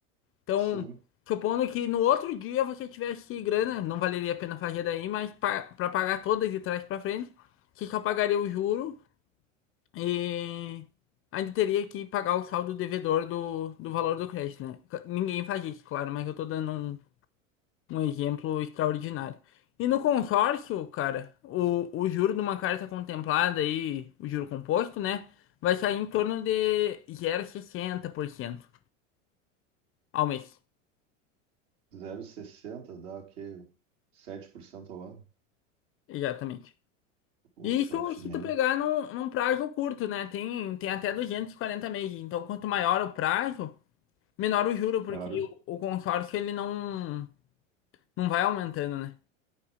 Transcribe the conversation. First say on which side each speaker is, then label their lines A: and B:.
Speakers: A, on the left (about 35°); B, on the right (about 70°).
A: Então,
B: Sim,
A: supondo que no outro dia você tivesse grana, não valeria a pena fazer daí, mas pa- pra pagar todas de trás pra frente, você só pagaria o juro e ainda teria que pagar o saldo devedor do, do valor do crédito, né? Ninguém faz isso, claro, mas eu tô dando um um exemplo extraordinário. E no consórcio, cara, o, o juro de uma carta contemplada aí, o juro composto, né? Vai sair em torno de zero vírgula sessenta por cento ao mês.
B: zero vírgula sessenta dá o quê? sete por cento ao ano,
A: Exatamente.
B: ou
A: E
B: 7,5%.
A: Isso se tu pegar num, num prazo curto, né? Tem, tem até 240 meses. Então, quanto maior o prazo, menor o juro, porque
B: Claro,
A: o, o consórcio ele não, não vai aumentando, né?